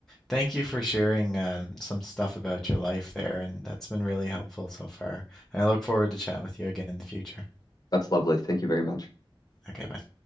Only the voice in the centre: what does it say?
thank you for sharing um, some stuff about your life there. And that's been really helpful so far. I look forward to chat with you again in the future.
Okay, bye.